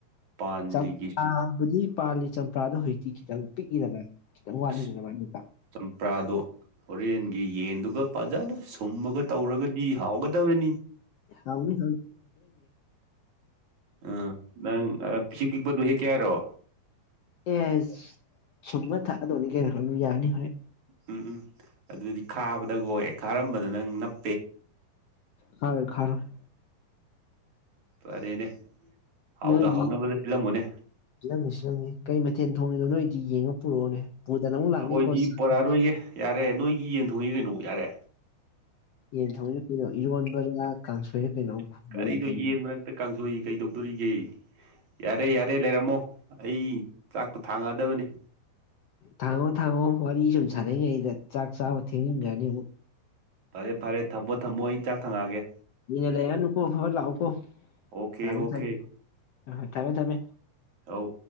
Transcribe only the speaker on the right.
ꯄꯥꯟꯂꯤꯒꯦꯁꯤꯅꯤ
ꯑꯁ
ꯆꯝꯄ꯭ꯔꯥꯗꯣ ꯍꯣꯔꯦꯟꯒꯤ ꯌꯦꯟ ꯑꯗꯨꯒ ꯐꯖꯅꯥ ꯁꯨꯝꯃꯒ ꯇꯧꯔꯒꯗꯤ ꯍꯥꯎꯒꯗꯕꯅꯤ
ꯑꯥ ꯅꯪ ꯑꯥ ꯄꯤꯁꯤꯛ ꯄꯤꯛꯄꯗꯨ ꯍꯦꯛꯀꯦ ꯍꯥꯏꯔꯣ
ꯎꯝ ꯎꯝ ꯑꯗꯨꯗꯤ ꯈꯥꯕꯗ ꯀꯣ ꯍꯛ ꯈꯥꯔꯝꯕꯗ ꯅꯪ ꯅꯞ
ꯐꯔꯦꯅꯦ ꯍꯥꯎꯗ
ꯍꯥꯎꯅꯕꯗ ꯁꯤꯜꯂꯝꯃꯣꯅꯦ
ꯑꯩꯈꯣꯏꯗꯤ
ꯄꯨꯔꯛꯑꯔꯣꯏꯒꯦ ꯌꯥꯔꯦ ꯅꯣꯏꯒꯤ ꯌꯦꯟ ꯊꯣꯡꯉꯤ ꯀꯩꯅꯣ ꯌꯥꯔꯦ
ꯀꯔꯤꯅꯣ ꯌꯦꯟ ꯃꯔꯛꯇ ꯀꯥꯡꯁꯣꯏ ꯀꯩꯗꯧꯗꯣꯔꯤꯒꯦ ꯌꯥꯔꯦ ꯌꯥꯔꯦ ꯂꯩꯔꯝꯃꯣ ꯑꯩ ꯆꯥꯛꯇꯣ ꯊꯥꯡꯉꯛꯑꯗꯕꯅꯤ
ꯐꯔꯦ ꯐꯔꯦ ꯊꯝꯃꯣ ꯊꯝꯃꯣ ꯑꯩ ꯆꯥꯛ ꯊꯪꯉꯛꯑꯒꯦ
ꯑꯣꯀꯦ
ꯑꯣꯀꯦ
ꯑꯧ